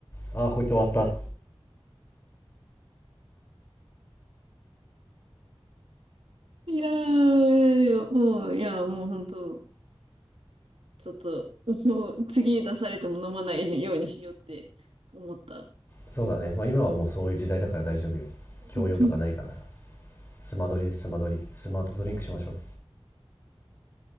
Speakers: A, on the left; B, on the right.
A: な「ああこいつ終わった」
B: いやーよ、もう、いや、もう本当、ちょっと、もう次出されても飲まないようにしようって思った。
A: そうだね。まあ今はもうそういう時代だから大丈夫よ。
B: <laughs>
A: 教養とかないからさ。スマドリスマドリ。スマートドリンクしましょ